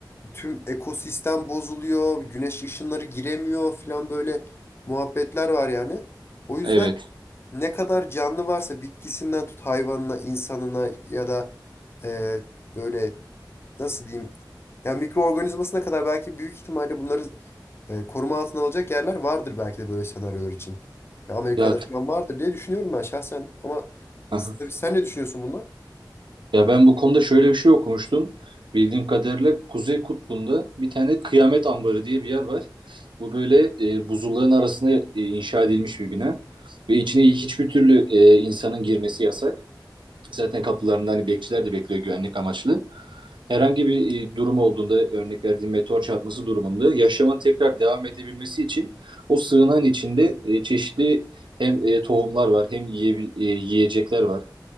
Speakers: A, on the left (about 30°); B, on the right (about 90°).
A: tüm ekosistem bozuluyor, güneş ışınları giremiyor falan böyle muhabbetler var yani. O yüzden
B: Evet.
A: ne kadar canlı varsa bitkisinden tut hayvanına, insanına ya da e, böyle nasıl diyeyim ya mikroorganizmasına kadar belki büyük ihtimalle bunları e, koruma altına alacak yerler vardır belki de böyle senaryolar için. Ya Amerika'da
B: Ya
A: falan vardır diye düşünüyorum ben şahsen ama
B: <laughs>
A: s- tabii sen ne düşünüyorsun bundan?
B: Ya ben bu konuda şöyle bir şey okumuştum. Bildiğim kadarıyla Kuzey Kutbu'nda bir tane Kıyamet Ambarı diye bir yer var. Bu böyle e, buzulların arasına e, inşa edilmiş bir bina. Ve içine hiçbir türlü e, insanın girmesi yasak. Zaten kapılarında hani bekçiler de bekliyor güvenlik amaçlı. Herhangi bir e, durum olduğunda örnek verdiğim meteor çarpması durumunda yaşamın tekrar devam edebilmesi için o sığınağın içinde e, çeşitli hem e, tohumlar var hem yiye e, yiyecekler var.